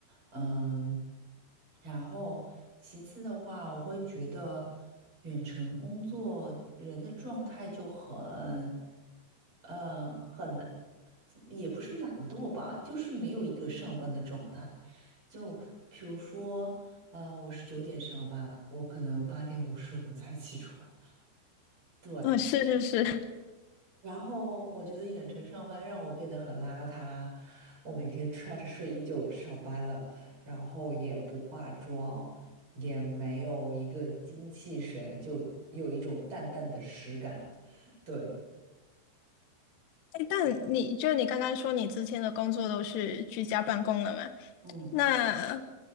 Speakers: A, on the right; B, on the left.
A: 嗯，然后其次的话，我会觉得远程工作人的状态就很，呃，很，也不是懒惰吧，就是没有一个上班的状态。就比如说，呃，我是九点上班，我可能八点五十五才起床。对。
B: 嗯，是是是。<laughs>
A: 然后我觉得远程上班让我变得很邋遢，我每天穿着睡衣就上班了，然后也不化妆，也没有一个精气神，就有一种淡淡的实感。对，
B: 哎，但你就你刚刚说你之前的工作都是居家办公的嘛？
A: 嗯。
B: 那